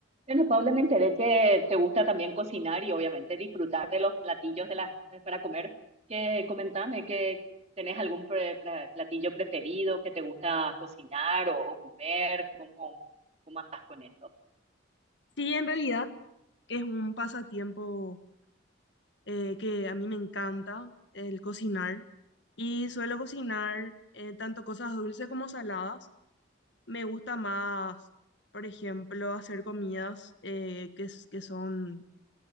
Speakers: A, on the right; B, on the left.
A: Bueno, Paula, me enteré que te gusta también cocinar y obviamente disfrutar de los platillos de las eh, para comer. Que comentame que tenés algún pre- pre- platillo preferido que te gusta cocinar o, o comer, cómo, cómo andás con eso.
B: Sí, en realidad es un pasatiempo eh, que a mí me encanta, el cocinar. Y suelo cocinar eh, tanto cosas dulces como saladas. Me gusta más, por ejemplo, hacer comidas eh, que, s- que son